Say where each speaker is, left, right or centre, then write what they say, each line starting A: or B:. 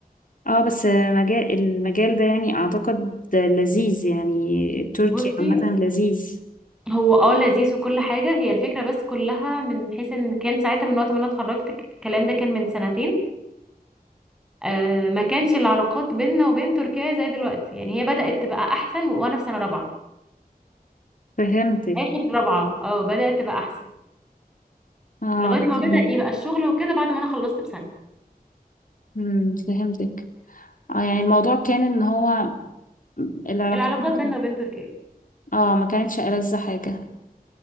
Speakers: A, on the left (about 60°); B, in the centre.
A: اه بس مجال المجال ده يعني اعتقد لذيذ يعني تركي
B: بصي
A: عامه لذيذ
B: هو اه لذيذ وكل حاجه هي الفكره بس كلها من حيث ان كان ساعتها من وقت ما انا اتخرجت الكلام ده كان من سنتين آه، ما كانش العلاقات بيننا وبين تركيا زي دلوقتي يعني هي بدأت تبقى احسن وانا في سنة رابعة
A: فهمتك
B: اخر رابعة اه بدأت تبقى احسن
A: اه
B: لغاية
A: لكن
B: ما بدأ يبقى الشغل وكده بعد ما انا خلصت بسنة
A: مم، فهمتك اه يعني الموضوع كان ان هو العلاقات
B: العلاقات
A: ما
B: بيننا
A: كان-
B: وبين تركيا
A: اه ما كانتش ألذ حاجة